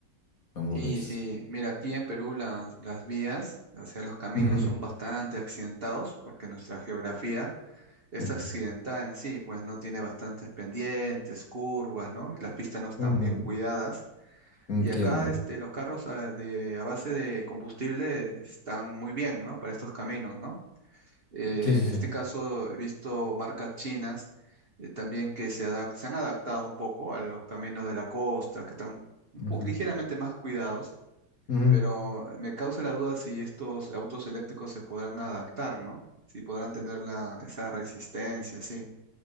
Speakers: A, on the left; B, on the right.
A: ¿Cómo
B: Sí,
A: ves?
B: sí, mira, aquí en Perú las, las vías, o sea, los caminos
A: Ujú,
B: son bastante accidentados porque nuestra geografía es
A: ujú,
B: accidentada en sí, pues no tiene bastantes pendientes, curvas, ¿no? Y las pistas no están
A: ujú,
B: bien cuidadas.
A: Entiendo.
B: Y acá este, los carros a, de, a base de combustible están muy bien, ¿no? Para estos caminos, ¿no? Eh,
A: Sí, sí,
B: en
A: sí.
B: este caso he visto marcas chinas eh, también que se, adac- se han adaptado un poco a los caminos de la costa, que están un po-
A: Ujú,
B: ligeramente más cuidados,
A: ujú.
B: pero me causa la duda si estos autos eléctricos se podrán adaptar, ¿no? Si podrán tener la, esa resistencia, sí.